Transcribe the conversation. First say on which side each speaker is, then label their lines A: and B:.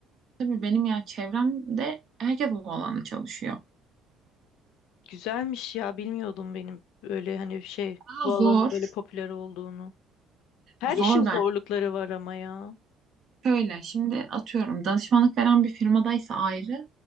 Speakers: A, on the right; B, on the left.
A: Tabii benim yani çevremde herkes bu alanda çalışıyor.
B: Güzelmiş ya, bilmiyordum benim böyle hani şey
A: Ama
B: bu alanın
A: zor.
B: böyle popüler olduğunu. Her
A: Zor
B: işin zorlukları
A: ben.
B: var ama ya.
A: Şöyle şimdi atıyorum danışmanlık veren bir firmadaysa ayrı